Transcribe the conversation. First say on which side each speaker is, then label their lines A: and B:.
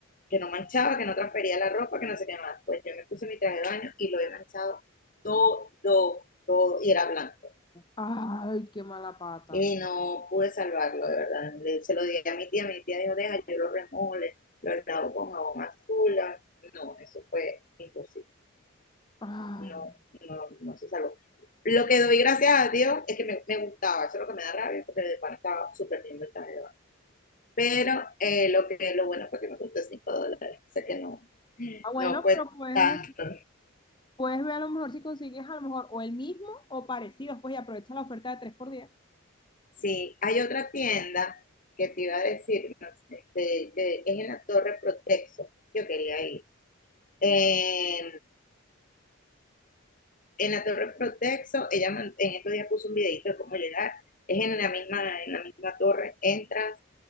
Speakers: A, on the left; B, on the left.
A: que no manchaba, que no transfería la ropa, que no sé qué más. Pues yo me puse mi traje de baño y lo he manchado todo, todo, todo y era blanco
B: Ay, qué mala pata.
A: y no pude salvarlo, de verdad. Le- se lo di a mi tía, mi tía dijo, deja, yo lo remole, lo lavo con jabón azul. No, eso fue imposible.
B: Ah,
A: No, no, no se salvó. Lo que doy gracias a Dios es que me, me gustaba, eso es lo que me da rabia, porque de pan estaba súper lindo el taller. Pero eh, lo que lo bueno fue que me costó 5 dólares, o sea que no,
B: Ah, bueno,
A: no fue
B: pero puedes,
A: tanto.
B: puedes ver a lo mejor si consigues a lo mejor o el mismo o parecidos, pues y aprovecha la oferta de tres por diez
A: Sí, hay otra tienda que te iba a decir, no sé, este, que es en la Torre Protexo. Yo quería ir Eh, en la Torre Protexo, ella en estos días puso un videito de cómo llegar. Es en la misma, en la misma torre, entras,